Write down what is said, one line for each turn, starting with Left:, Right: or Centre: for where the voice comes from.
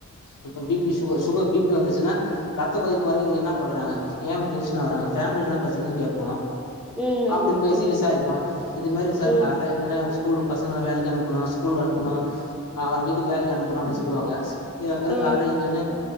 Left: இப்ப பி பி சுக சுகர் பி பி வந்துச்சுன்னா ரத்த கொதிப்பு வரைக்கு இவுங்க என்ன பண்றாங்க ஏ இவுங்க டென்ஷ ஆவுறாங்க ஃபேம்லி என்ன பிரச்சனன்னு கேப்போ
Centre: ம்
Left: அப்டி
Centre: ஆமா
Left: பேசி
Centre: ம்
Left: விசாரிப்போ இது மாரி விசாரக்கால்
Centre: ம்
Left: இருந்துன ஸ்கூல் பசங்கள வேலைக்கு அனுப்பனு ஸ்கூலுக்கு அனுப்பனு அவர வீட்டுக்கு வேலைக்கு அனுப்பணு அப்டின்னு சொல்லுவாங்க சில பேரு
Centre: ஆ
Left: கால்ல எழ்ந்தோன்னே